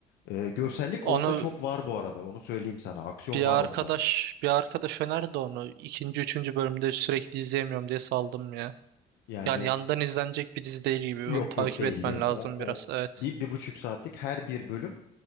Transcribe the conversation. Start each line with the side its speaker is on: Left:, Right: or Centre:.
Left: e, görsellik
Right: Onu
Left: onda çok var bu arada. Onu söyleyeyim sana. Aksiyon
Right: bir
Left: var
Right: arkadaş
Left: onda.
Right: bir arkadaş önerdi onu. İkinci, üçüncü bölümde sürekli izleyemiyorum diye saldım ya.
Left: Yani
Right: Yani yandan izlenecek bir dizi değil gibi.
Left: yok
Right: Onu takip
Left: yok değil
Right: etmen
Left: değil.
Right: lazım
Left: O, o
Right: biraz. Evet.
Left: bir, bir buçuk saatlik her bir bölüm